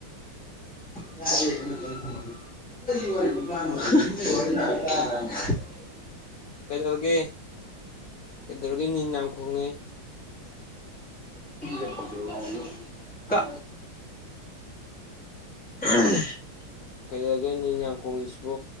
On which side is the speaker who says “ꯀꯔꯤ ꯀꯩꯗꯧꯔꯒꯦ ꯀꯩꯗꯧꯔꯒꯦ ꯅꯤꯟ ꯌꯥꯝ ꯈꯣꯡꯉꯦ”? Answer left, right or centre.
Left